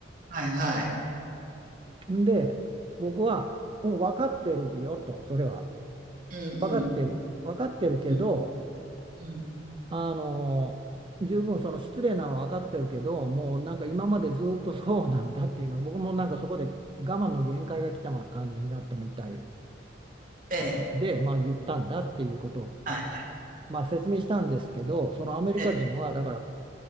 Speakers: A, on the right; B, on the right.
A: はいはい。はい
B: んで僕はもう分かってるよとそれは
A: うんうん、
B: 分かってる分かってるけど
A: うん、うん。
B: あの十分その失礼なのは分かってるけどもうなんか今までずっとそうなんだっていうのを僕もなんかそこで我慢の限界が来たま感じになったみたい
A: ええ、
B: で、まあ、言ったんだっていうことを、
A: はいはい、
B: まあ、説明したんですけどそのアメリカ人はだから
A: ええ。